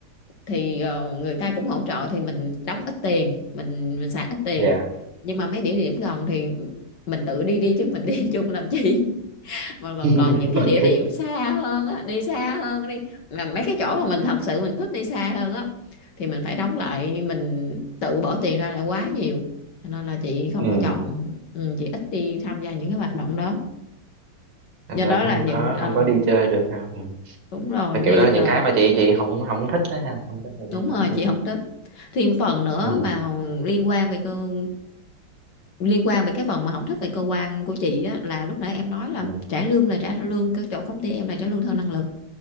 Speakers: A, on the left; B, on the right.
A: thì ờ, người ta cũng hỗ trợ thì mình đóng ít tiền mình mình xài ít tiền
B: dạ
A: nhưng mà mấy địa điểm gần thì mình tự đi đi chứ mình đi <laughs> chung làm chi còn còn
B: <laughs>
A: còn những cái
B: ok
A: địa điểm xa hơn á đi xa hơn đi mà mấy cái chỗ mà mình thật sự mình thích đi xa hơn á thì mình phải đóng lại mình tự bỏ tiền ra lại quá nhiều cho nên là chị không
B: ừ
A: có chọn ừ, chị ít đi tham gia những cái hoạt động đó
B: thành
A: do
B: ra
A: đó
B: cũng
A: là
B: không
A: những
B: có
A: ờ,
B: không có đi chơi được ha ừ.
A: đúng rồi
B: Tại
A: đi
B: kiểu đó là những
A: ờ,
B: cái mà chị chị không không thích đó ha không thích được
A: đúng
B: cái chỗ
A: rồi
B: chị
A: chị
B: làm
A: không thích thêm phần nữa
B: ừ
A: mà liên quan về cơ liên quan về cái phần mà không thích về cơ quan của chị á là lúc nãy em nói là
B: ừ
A: trả lương là trả lương cái chỗ công ty em là trả lương theo năng lực